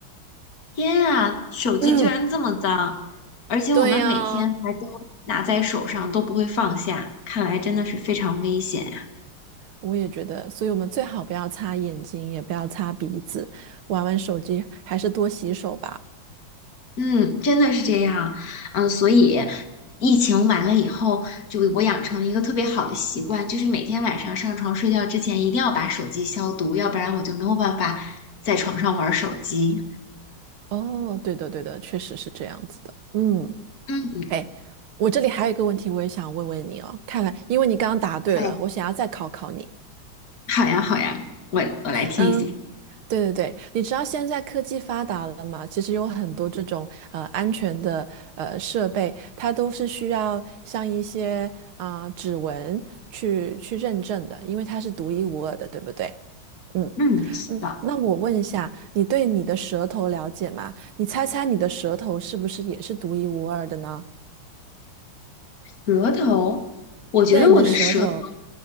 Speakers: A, on the left; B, on the right.
A: 天啊，手机居然这么脏，
B: <clears throat>
A: 而且我们每天还都拿在手上，
B: 对呀，
A: 都不会放下，看来真的是非常危险。
B: 我也觉得，所以我们最好不要擦眼睛，也不要擦鼻子，玩玩手机，还是多洗手吧。
A: 嗯，真的是这样，嗯，所以疫情完了以后，就我养成了一个特别好的习惯，就是每天晚上上床睡觉之前一定要把手机消毒，要不然我就没有办法在床上玩手机。
B: 哦，对的，对的，确实是这样子的。嗯，
A: 嗯，
B: 哎，我这里还有一个问题，我也想问问你哦。看来，因为你刚刚答对了，
A: 好呀，
B: 我想要再考考你。
A: 好呀，好呀，我我来听一下。
B: 嗯。对对对，你知道现在科技发达了嘛？其实有很多这种呃安全的呃设备，它都是需要像一些啊、指纹去去认证的，因为它是独一无二的，对不对？嗯
A: 嗯，是的，
B: 嗯，那我问一下，你对你的舌头了解吗？你猜猜你的舌头是不是也是独一无二的呢？
A: 舌头，我觉得我的舌头
B: 对，你的舌头，